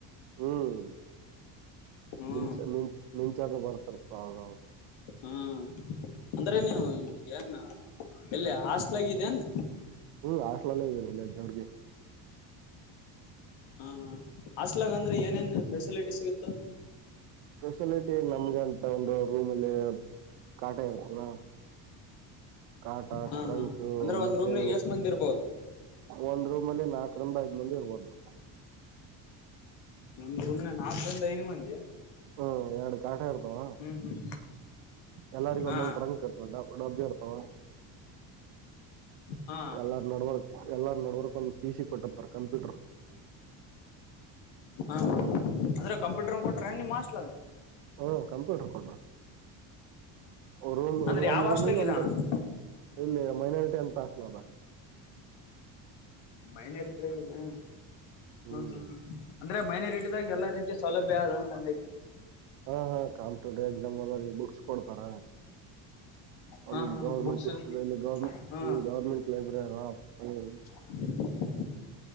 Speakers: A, on the right; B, on the left.
A: ಊ ಹ್ ಹ್ಮ್
B: ಹ್ಮ್
A: ಮಿಂಚ ಮಿಂ ಮಿಂಚಾದ ಬರ್ತೀರ್ತ್ ಆವಾಗವಾಗ್
B: ಹ್ಮ ಅಂದ್ರೆ ನೀವು ಈಗೇನ್ ಎಲ್ಲಿ ಹಾಸ್ಟೆಲಾಗಿದಿಯೆನ್.
A: ಹ್ಮ್ ಹಾಸ್ಟ್ಲಲ್ಲೇ ಇದ್ದೀನ್ ಇಲ್ಲೇ ಜವರ್ಗಿ.
B: ಹಾ ಹ ಹಾಸ್ಟ್ಲಗ ಅಂದ್ರೆ ಏನೇನ್ ಫೆಸಿಲಿಟಿ ಸಿಗು
A: ಫೆಸಿಲಿಟಿ ನಮ್ಗ ಅಂತ ಒಂದು ರೂಮಲ್ಲಿ ಕಾಟ ಇರ್ತದ. ಕಾಟ
B: ಹಾ
A: ಟ್ರಂಕ್
B: ಹಾ ಅಂದ್ರೆ ಒಂದ್
A: ಮತ್ತೆ
B: ರೂಮ್ ನಾಗ
A: ಓ
B: ಎಷ್ಟ್ ಮಂದಿ ಇರ್ಬೋದು
A: ಒಂದ್ ರೂಮಲ್ಲಿ ನಾಕ್ರಿಂದ ಐದ್ ಮಂದಿ ಇರ್ಬೋದ್ ನಾವ್.
B: ಒಂದ್ ರೂಮ್ ನಾಗ್ ನಾಕ್ರಿಂದ ಐದು ಮಂದಿಯ
A: ಹ್ಮ ಎರಡ್ ಕಾಟ ಇರ್ತವ.
B: ಹ್ಮ್
A: ಎಲ್ಲಾರಿಗ್
B: ಹಾ
A: ಒಂದೊಂದು ಟ್ರಂಕ್ ಇರ್ತದ ಡ ಡಬ್ಬಿ ಇರ್ತವ.
B: ಹಾ
A: ಎಲ್ಲಾರ ನಡವರ್ಕ್ ಎಲ್ಲಾರ ನಡ್ವರ್ಕ್ ಒಂದ್ ಪಿ ಸಿ ಕೊಟ್ಟಿರ್ತಾರ್ ಕಂಪ್ಯೂಟರ್.
B: ಹಾ ಹಾ ಅಂದ್ರೆ ಕಂಪ್ಯೂಟರ್ ನು ಕೊಟ್ರ ನಿಮ್ ಹಾಸ್ಟ್ಲಾಗ.
A: ಹ್ಮ್ ಕಂಪ್ಯೂಟರ್ ಕೊಟ್ರ ರೂಮ್
B: ಅಂದ್ರೆ
A: ಒಂದ್
B: ಯಾವ ಹಾಸ್ಟೆಲ್
A: ರೂಮಿಗೆ
B: ಇದೆ
A: ಒಂದು
B: ಅಣ್ಣ
A: ಇಲ್ಲಿ ಮೈನಾರಿಟಿ ಅಂತ ಹಾಸ್ಟಲ್ ಅದ.
B: ಮೈನಾರಿಟ ಆಗಿದೆಯ ಹಾ
A: ಹ್ಮ್
B: ಹಾ ಹ ಅನ್ ಅಂದ್ರೆ ಮೈನರಿಟಿದಾಗ ಎಲ್ಲಾ ರೀತಿಯ ಸೌಲಭ್ಯ ಅದ ಅನ್ನಂಗಾಯ್ತು.
A: ಹಾ ಹಾ ಕಾಂಪಿಟ್ಯೂಟಿವ್ ಎಕ್ಸಾಮ್ ಆದರೀ ಈ ಬುಕ್ಸ್ ಕೊಡ್ತಾರ.
B: ಹಾ
A: ಒಂದು
B: ಹಾ
A: ಗೌರ್ಮೆಂಟ್
B: ಬುಕ್ಸ್
A: ಲೈ ಗೌರ್ಮೆಂಟ್
B: ಹಾ
A: ಈ ಗೌರ್ಮೆಂಟ್ ಲೈಬ್ರರಿ ಅಲ <unintelligible>
B: <inaudible>